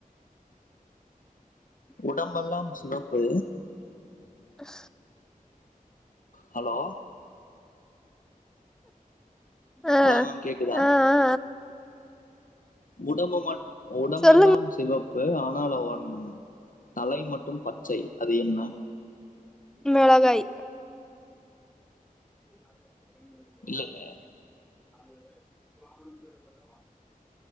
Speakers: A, in the centre; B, on the left.
A: இ
B: உடம்பெல்லாம் சிவப்பு
A: ஹ
B: ஹலோ
A: ஆ
B: ஹலோ மேம் கேக்குதா
A: ஆ ஆ
B: உடம்பு ம உடம்பெல்லாம்
A: சொல்லுங்க
B: சிவப்பு ஆனால் அவன் தலை மட்டும் பச்சை அது என்ன
A: மிளகாய் ம்
B: இல்லங்க
A: <inaudible>